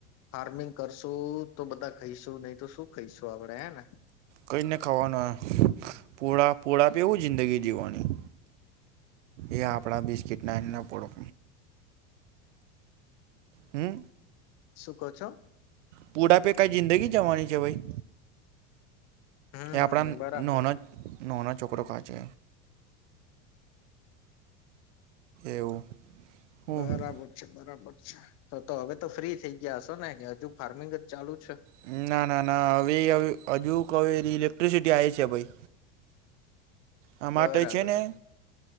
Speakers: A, on the left; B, on the right.
A: ફાર્મિંગ કરશું તો બધા ખઈશું નહીં તો શું ખઈશું આપડે હે ને
B: કઈને ખાવાનું પોળા પોળા પીવું જિંદગી જીવવાની એ આપણા બિસ્કીટ નાને પડો હમ
A: શું કહો છો
B: પુડાપે કઈ જિંદગી જવાની છે ભાઈ
A: હમ
B: એ આપણા
A: બરાબર
B: નનો છોકરો ખા છે એવું હું
A: બરાબર છે બરાબર છે તો તો હવે તો ફ્રી થઈ ગયા છો ને કે હજુ ફારમિંગ જ ચાલુ છે
B: ના, ના, ના હવે અ હજુ કઉં ઇલેક્ટ્રિસિટી આઈ છે ભઈ. આ
A: બરાબર
B: માટે છે ને